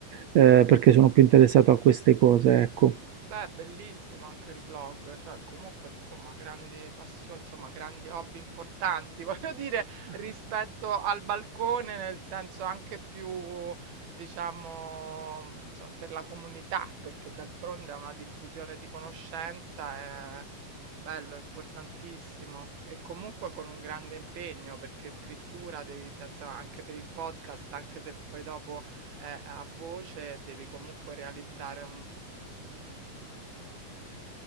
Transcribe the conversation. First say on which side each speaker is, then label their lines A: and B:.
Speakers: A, on the right; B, on the right.
A: eh, perché sono più interessato a queste cose, ecco.
B: Beh, bellissimo anche il blog, cioè comunque insomma grandi passioni, insomma grandi hobby importanti, <laughs> voglio dire, rispetto al balcone, nel senso anche più, diciamo, insomma, per la comunità, perché d'altronde è una diffusione di conoscenza, è bello, importantissimo e comunque con un grande impegno, perché scrittura devi, cioè, insomma, anche per il podcast, anche se poi dopo è a voce, devi comunque realizzare un